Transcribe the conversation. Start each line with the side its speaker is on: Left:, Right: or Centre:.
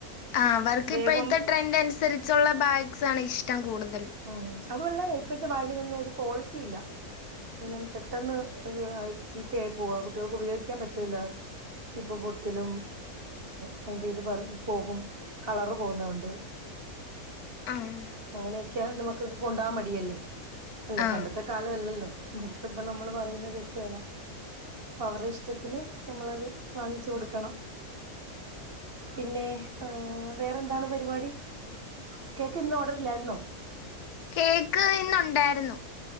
Left: ആഹ് അവർക്കിപ്പോഴത്തെ
Right: വേഗം
Left: ട്രെനഡ നുസരിച്ചുള്ള ബാഗ്സ്ണ്ഇഷ്ടം കൂടുതൽ
Right: ഉം അതുവല്ലാ ഇപ്പോഴത്തെ ബാഗിനൊന്നും ഒരു ക്വാളിറ്റി ഇല്ല ന്നും പെട്ടെന്ന് അത് ചീത്തയായി പോവ കുട്ടികൾക്ക് ഉപയോഗിക്കാൻ പറ്റില്ല സിബ് പൊട്ടലും അതിന്റെ ഇത് പറി പോകും കളറ് പോന്നോണ്ട്
Left: ആഹ്
Right: അങ്ങനെയൊക്കെയായോണ്ട് മക്കക്ക് കൊണ്ടോവാൻ മടിയല്ലേ അല്ലെ
Left: ആ
Right: പണ്ടത്തെ കാലല്ലല്ലോ മക്കളിപ്പ നമ്മള് പറയുന്ന കേക്കേലാ അവരുടെ ഇഷ്ടത്തിന് നമ്മളത് വാങ്ങിച്ചു കൊടുക്കണം പിന്നെ ഏഹ് വേറെ എന്താണ് പരിപാടി കേക്ക് ഇന്ന് ഓർഡറില്ലായിരുന്നോ
Left: കേക്ക് ഇന്നൊണ്ടായിരുന്നു